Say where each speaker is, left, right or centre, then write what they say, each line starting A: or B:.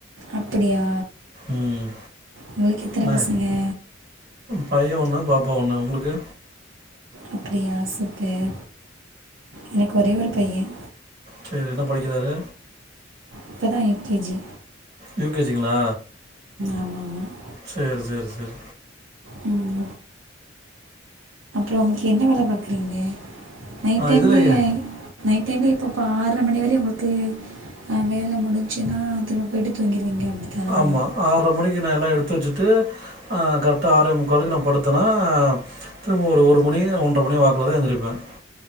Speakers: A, on the right (about 80°); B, on the right (about 55°).
A: அப்புடியா
B: ம்
A: உங்ளுக்கு எத்தன
B: அண்ணே
A: பசங்கே
B: பையன் ஒன்னு பாப்பா ஒன்னு உங்களுக்கு
A: அப்பிடியா சூப்பர் எனக்கு ஒரே ஒரு பையன்
B: செரி என்ன படிக்கிறாரு
A: இப்பதா U K G
B: U K G -ங்களா
A: ஆமாம் ஆமாம்
B: செரி செரி செரி
A: ம் ரங்க்கு என்ன வேல பார்க்கி டிங்க நைட்
B: ஆ
A: டைம்மே
B: இதுல ஏ
A: நைட் டைம்ல இப்போ - இப்ப ஆறர மணி வரயும் உங்களுக்கு அஹ்வேலை முடிஞ்சுச்சுன்னா திரும்ப போயிட்டு தூங்கிடுவீங்க அப்படிதான்
B: ஆமா ஆர்ர மணிக்கு நான் எல்லாம் எடுத் த்து வச்சிட்டு ஆஹ் கரெக்ட்டா ஆறே முக்காலுக்கு நான் படுத்தேனா திரும்ப ஒரு - ஒரு மணி ஒன்ற மணி வாக்கில தான் எந்திரிப்பேன்